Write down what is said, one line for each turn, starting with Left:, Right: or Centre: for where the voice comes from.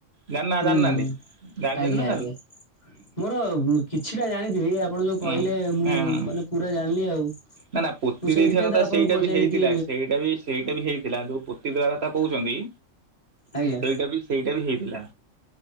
Right: ଜାଣିନାହାନ୍ତି
Left: ହୁଁ
Right: ଜାଣିନାହାନ୍ତି
Left: ହୁଁ।
Right: ଜାଣି ଚନ୍ତ
Left: ଆଜ୍ଞା
Right: ନା
Left: ଆଜ୍ଞା ମୋର କିଛିଟା ଜାଣିଥିବି ଆପଣ ଯୋଉ କହିଲେ
Right: ହଁ
Left: ମୁଁ
Right: ହଁ ହଁ।
Left: ମାନେ ପୁରା ଜାଣିଲି ଆଉ।
Right: ନା ନା ପୋତି
Left: ମୁଁ ସେଇଥିପାଇଁ
Right: ଦେଇଥିବା କଥା
Left: ତ ଆପଣଙ୍କୁ
Right: ସେଇଟା
Left: ପଚାରିଲି
Right: ବି ହେଇଥିଲା
Left: କି
Right: ସେଇଟା ବି ସେଇଟା ବି ହେଇଥିଲା ଯୋଉ ପୋତି ଦେବା କଥା କହୁଚନ୍ତି
Left: ଆଜ୍ଞା
Right: ସେଇଟା ବି ସେଇଟା ବି ହେଇଥିଲା